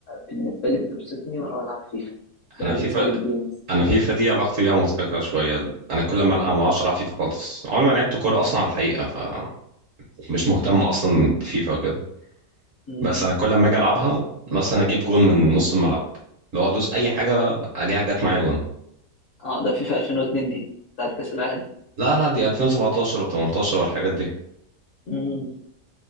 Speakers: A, on the left; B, on the right.
A: بالنسبة لي بتبسطني وأنا بلعب فيفا ده
B: انا
A: بالنسبة
B: فيفا
A: للجيمز
B: انا فيفا دي علاقتي بيها مضحكة شوية انا كل ما العب ما اعرفش العب فيفا خالص عمري ما لعبت كورة
A: مم.
B: اصلا على الحقيقة فمش مهتم
A: مم.
B: اصلا بفيفا وكده
A: مم.
B: بس انا كل ما اجي العبها مثلا اجيب جون من نص الملعب لو ادوس اي حاجة اديها جت معايا جون
A: اه ده فيفا 2002 دي بتاعت كأس العالم
B: لا لا دي 2017 و18 والحاجات دي
A: مم.